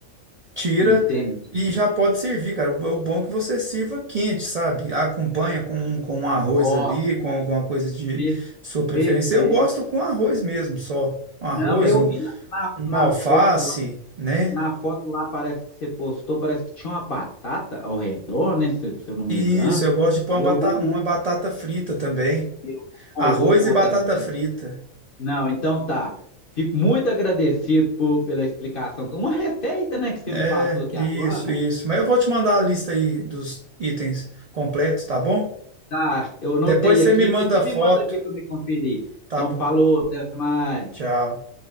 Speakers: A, on the right (about 65°); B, on the left (about 55°).
A: Tira
B: entende?
A: e já pode servir, cara. O bom é que você sirva quente, sabe? Acompanha com, com um arroz
B: Nossa,
A: ali, com alguma coisa de
B: per-
A: sua preferência.
B: perfeito.
A: Eu gosto com arroz mesmo, só. Um arroz,
B: Não, eu
A: um,
B: vi na, na,
A: uma
B: na
A: alface,
B: foto lá,
A: né?
B: na foto lá parece que você postou, parece que tinha uma batata ao redor, né? Se, se eu não me
A: Isso,
B: engano.
A: eu gosto de pôr
B: Aí
A: uma batata,
B: eu vou, pôr-
A: uma batata frita também.
B: eu,
A: Arroz
B: eu vou pôr
A: e batata
B: também.
A: frita.
B: Não, então tá. Fico muito agradecido por, pela explicação. Uma receita, né, que você
A: É,
B: me passou aqui
A: isso,
B: agora.
A: isso. Mas eu vou te mandar a lista aí dos itens completos, tá bom?
B: Tá, eu anotei
A: Depois você
B: aqui,
A: me manda
B: mas você
A: a foto,
B: me manda aqui para me conferir.
A: tá
B: Então,
A: bom?
B: falou, até mais.
A: Tchau.